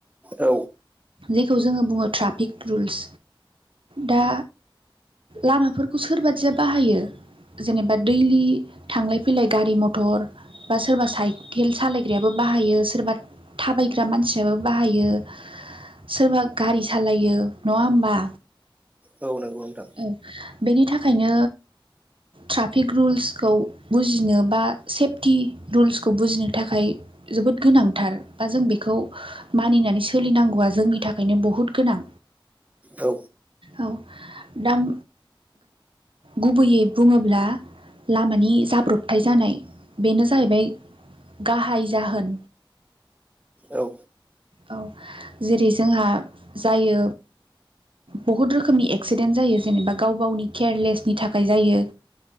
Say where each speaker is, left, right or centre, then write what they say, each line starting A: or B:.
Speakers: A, on the right (about 15°); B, on the right (about 75°).
A: औ
B: जेखौ जोङो बुङो ट्राफिक रुल्स दा लामाफोरखौ सोरबादिया बाहायो जेनेबा दैलि थांलाय फैलाय गारि मथर बा सोरबा साइकेल सालाय ग्रायाबो बाहायो सोरबा थाबायग्रा मानसियाबो बाहायो सोरबा गारि सालायो नङा होमबा
A: औ नंगौ नोंथां
B: औ बेनि थाखायनो ट्राफिक रुल्सखौ बुजिनो बा सेफटि रुल्सखौ बुजिनो थाखाय जोबोद गोनांथार बा जों बेखौ मानिनानै सोलिनांगौआ जोंनि थाखायनो बहुत गोनां
A: औ
B: औ दाम गुबैयै बुङोब्ला लामानि जाब्रथाय जानाय बेनो जाहैबाय गाहाय जाहोन
A: औ
B: औ जेरै जोंहा जायो बहुद रोखोमनि एक्सिडेन्ट जायो जेनेबा गाव गावनि केयारलेसनि थाखाय जायो